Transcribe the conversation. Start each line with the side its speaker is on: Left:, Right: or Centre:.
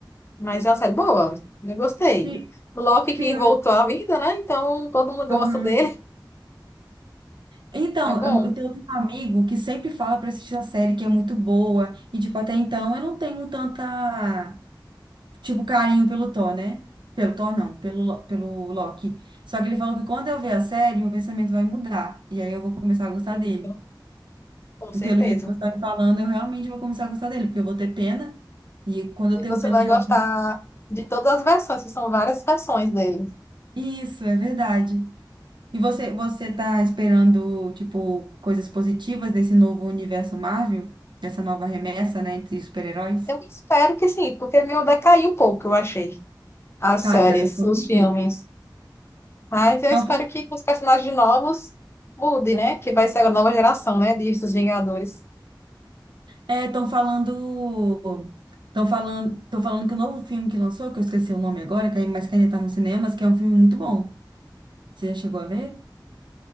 Left: mas é uma série boa. Eu gostei.
Right: Pi-
Left: O Loki que
Right: Pior.
Left: voltou à vida, né? Então todo mundo gosta
Right: Aham.
Left: dele.
Right: Então,
Left: É bom.
Right: eu, eu tenho eu tenho um amigo que sempre fala pra assistir a série que é muito boa. E, tipo, até então eu não tenho tanta, tipo, carinho pelo Thor, né? Pelo Thor, não, pelo, Lo- pelo Loki. Só que ele falou que quando eu ver a série, meu pensamento vai mudar. E aí eu vou começar a gostar
Left: Isso,
Right: dele.
Left: com certeza.
Right: E Pelo jeito que você está me falando, eu realmente vou começar a gostar dele, porque eu vou ter pena. E quando
Left: E
Right: eu tenho
Left: você
Right: pena
Left: vai
Right: de
Left: gostar
Right: alguém.
Left: de todas as versões, que são várias versões dele.
Right: Isso, é verdade. E você, você tá esperando, tipo, coisas positivas desse novo universo Marvel? Dessa nova remessa, né, de super-heróis?
Left: Eu espero que sim, porque meu decaiu um pouco, eu achei. As
Right: Tá,
Left: séries,
Right: dá, com
Left: os
Right: certeza.
Left: filmes. Mas eu
Right: Então,
Left: espero que com os personagens novos mude, né? Que vai ser a nova geração, né? De dos Vingadores.
Right: é, estão falando. Estão falando, estão falando que o novo filme que lançou, que eu esqueci o nome agora, que aí- mas que ainda tá nos cinemas, que é um filme muito bom. Você já chegou a ver?